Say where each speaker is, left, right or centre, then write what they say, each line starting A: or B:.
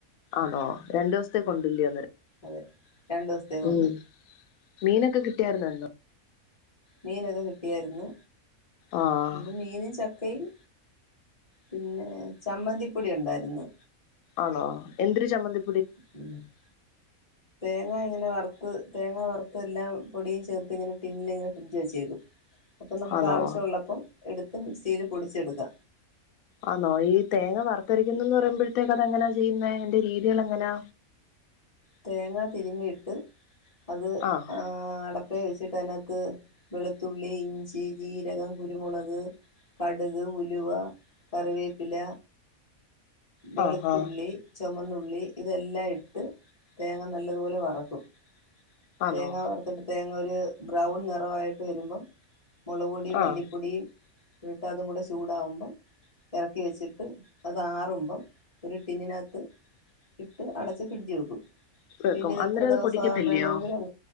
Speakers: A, on the left (about 75°); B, on the left (about 25°).
A: ആണോ രണ്ടു ദിവസത്തേക്ക് ഉണ്ടില്ലയോ
B: അതെ രണ്ടു ദിവസത്തേക്കുണ്ട്
A: ഉം മീനൊക്കെ കിട്ടിയായിരുന്നോ ഇന്ന്
B: മീനൊക്കെ കിട്ടിയായിരുന്നു
A: ആഹ്
B: ഇന്ന് മീനും ചക്കയും പിന്നെ ചമ്മന്തിപ്പൊടി ഉണ്ടായിരുന്നു
A: ആണോ എന്തിരി ചമ്മന്തി
B: പിെ <unintelligible> തേങ്ങ ഇങ്ങനെ വറുത്ത് തേങ്ങ വറുത്തു എല്ലാം പൊടിയും ചേർത്ത് ഇങ്ങനെ ടിന്നിൽ ഇങ്ങനെ ഫ്രിഡ്ജ് വെച്ചേക്കും അപ്പം നമുക്ക്
A: ആണോ
B: ആവശ്യം ഉള്ളപ്പോം എടുത് മിക്സിയിൽ പൊടിച്ചെടുക്ക
A: ആന്നോ ഈ തേങ്ങ വറുത്തരിക്കുന്നന്ന് പറയുമ്പോഴത്തേക്ക് അതെങ്ങനെ ചെയ്യുന്ന അതിന്റെ രീതികളെങ്ങനാ
B: തേങ്ങ തിരിമിയിട്ട് അത്
A: ആഹ്
B: ആ അടപ്പേ വെച്ച് നാത്ത് വെളുത്തുള്ളി ഇഞ്ചി ജീരകം കുരുമുളക് കടുക് ഉലുവ കറിവേപ്പില വെളുത്തുള്ളി
A: ആഹ് ആഹ്
B: ചുമന്നുള് ഉള്ളി ഇതെല്ലാം ഇട്ട് തേങ്ങ നല്ലതുപോലെ വറക്കും
A: ആന്നോ
B: തേങ്ങ വറ്ത്തിട്ട് തേങ്ങ അ ഒരു ബ്രൗൺ നിറവായിട്ട് വരുമ്പോ മുളകുപൊടിയും മല്ലിപ്പൊടിയും
A: ആഹ്
B: ഇട്ട് അതും കൂടെ ചൂടാവുമ്പം ഇറക്കി വെച്ചിട്ട് അത് ആറുമ്പ ഒരു ടിന്നിനാത്ത് ഇട്ട് അടച്ച് ഫ്രിഡ്ജ് വെക്കും
A: വെക്കും
B: പിന്നെ
A: അന്നേരം
B: ഇത്രേം
A: അത്
B: ദിവസം
A: പൊടിക്കത്തില്ലയോ
B: വേണോങ്കിലും